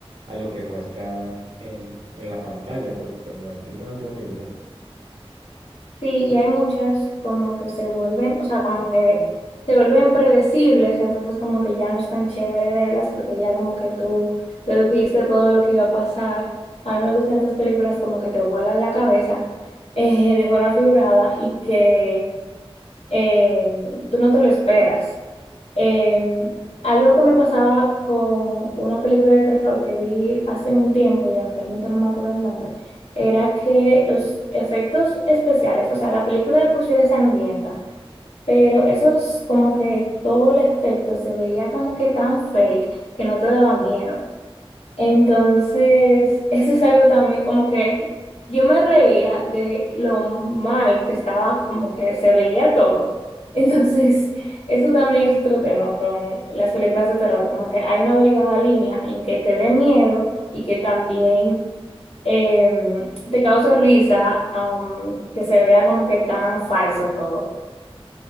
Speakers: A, on the right; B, on the left.
A: a lo que muestran en, en la pantalla, porque pues no es, no es lo mismo.
B: sí, y hay muchas como que se vuelven, o sea, como que se vuelven predecibles, entonces como que ya no es tan chévere verlas porque ya como que tú dedujiste todo lo que iba a pasar. A mí me gustan estas películas como que te vuelan la cabeza <laughs> eh, de forma figurada y que eh, tú no te lo esperas. Em, algo que me pasaba con una película de terror que vi hace un tiempo, ya realmente no me acuerdo el nombre, era que los efectos especiales, o sea, la película de por sí era sangrienta, pero eso es como que todo el efecto se veía como que tan fake que no te daba miedo. Entonces, eso es algo también como que yo me reía de lo mal que estaba, como que se veía todo. <laughs> Entonces, eso también es otro tema con las películas de terror, como que hay una delgada línea en que te dé miedo y que también eh, te cause risa, um, que se vea como que tan falso todo.